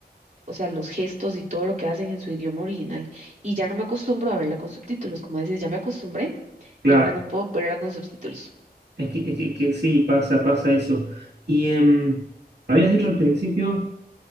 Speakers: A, on the right; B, on the right.
A: o sea, los gestos y todo lo que hacen en su idioma original. Y ya no me acostumbro a verla con subtítulos, como dices, ya me acostumbré
B: Claro,
A: y ahora no puedo verla con subtítulos.
B: Es que, es que, que sí, pasa, pasa eso. Y em, habías dicho al principio